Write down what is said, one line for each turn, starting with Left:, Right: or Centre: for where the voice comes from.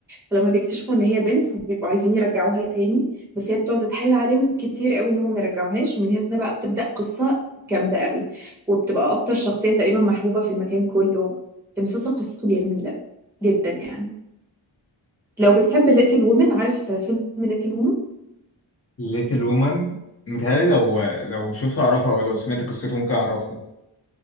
Centre: فلما بيكتشفوا إن هي بنت فبيبقوا عايزين يرجعوها تاني بس هي بتقعد تتحايل عليهم كتير قوي إن هم ما يرجعوهاش ومن هنا بقى بتبدأ قصة جامدة قوي وبتبقى أكتر شخصية تقريبا محبوبة في المكان كله المسلسل قصته جميلة جدا يعني لو بتحب ليتل وومن عارف فيلم ليتل وومن
Left: ليتل وومن متهيألي لو لو شفت أعرفه أو لو سمعت قصته ممكن أعرفه